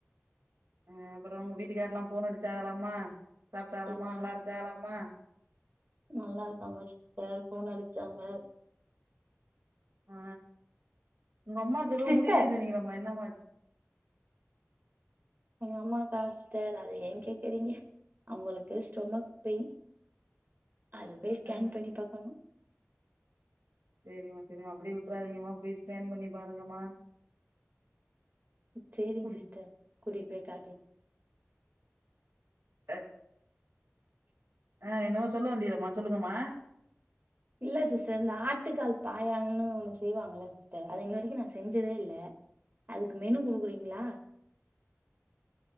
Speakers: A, on the right (about 75°); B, on the right (about 45°).
A: அ அப்புறோ உங்க வீட்டுக்கார எல்லா ஃபோன் அடிச்சாறாமா சாப்ட்டாறாமா
B: எல்லா
A: நல்லா இருக்காறாமா
B: நல்லா இருக்காங்க சிஸ்டர் ஃபோன் அடிச்சாங்க
A: ஆ உங்க அம்மாக்கு ஏதோ
B: சிஸ்டர்
A: முடியலே சொன்னீங்கள அம்மா என்னமா ஆச்சு
B: எங்க அம்மாக்கா சிஸ்டர் அத ஏ கேக்குறீங்க அவங்களுக்கு ஸ்டொமக் பெயின் அது போய் ஸ்கேன்
A: ஆ
B: பண்ணி பாக்கணு
A: செரிம்மா செரிம்மா அப்டியே விட்ராதீங்கமா போய் ஸ்கேன் பண்ணி பாருங்கம்மா
B: சேரிங்க
A: குடு
B: சிஸ்டர் கூட்டிட்டு போய் காட்றே
A: அ ஆ என்னமோ சொல்ல வந்தீங்ளேமா சொல்லுங்கமா
B: இல்ல சிஸ்டர் இந்த ஆட்டுக்கால் பாயான்னனு ஒன்னு செய்வாங்கல்ல சிஸ்டர் அது இன்ன வரைக்கு நா செஞ்சதே இல்ல அதுக்கு மெனு கொடுக்குறீங்களா
A: <unintelligible> <inaudible>